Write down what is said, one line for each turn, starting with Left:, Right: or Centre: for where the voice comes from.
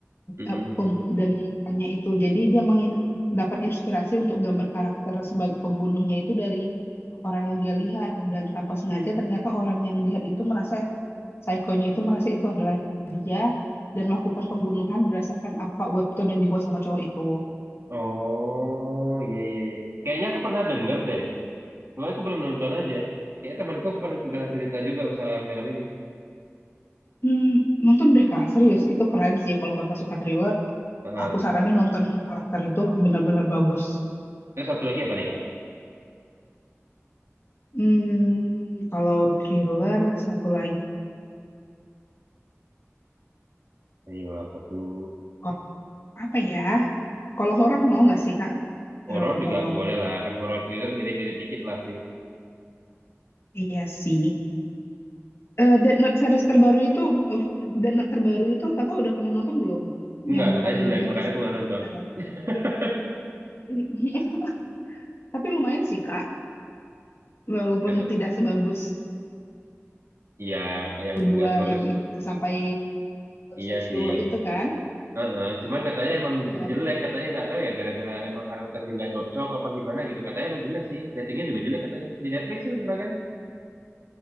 Right: Mm-mm,
Left: eh,
Right: mm-mm.
Left: pem- dan mukanya itu. Jadi dia mengin- dapat inspirasi untuk gambar karakter sebagai pembunuhnya itu dari orang yang dia lihat dan tanpa sengaja ternyata orang yang lihat itu merasa psikonya itu merasa itu adalah dia dan melakukan pembunuhan berdasarkan apa webtoon yang dibuat sama cowok itu.
Right: Oh, iya, iya, iya. Kayaknya aku pernah denger deh. Cuma aku belum nonton aja. Kayak temanku aku pernah, pernah cerita juga masalah film ini.
Left: Hmm, nonton deh Kak, serius itu keren sih kalau Kakak suka thriller
Right: Heeh.
Left: aku saranin nonton karakter itu benar-benar bagus.
Right: Terus satu lagi apa nih, Kak?
Left: Hmm, kalau thriller satu lagi
Right: Ayo, apa tuh?
Left: kalau- apa ya? Kalau horor mau nggak sih Kak? Thriller
Right: Horor juga
Left: horor.
Right: boleh lah. Kan horor thriller mirip-mirip dikit lah sih.
Left: Iya sih. Eh Death Note series terbaru itu eh, Death Note terbaru itu Kakak udah pernah nonton belum?
Right: Enggak,
Left: Yang bukan
Right: katanya jelek.
Left: di
Right: Makanya
Left: kisah
Right: aku nggak nonton.
Left: Halo.
Right: <laughs>
Left: <laughs> Tapi lumayan sih Kak, walaupun
Right: Kata,
Left: tidak sebagus
Right: iya, yang
Left: kedua
Right: nggak sebagus.
Left: yang it- sampai
Right: Iya
Left: Change
Right: sih.
Left: the World itu kan.
Right: Heeh, cuman katanya emang
Left: Eh,
Right: jelek, katanya nggak tahu ya gara-gara emang karakternya nggak cocok apa gimana gitu. Katanya emang jelek sih, ratingnya juga jelek katanya. Di Netflix tuh kan?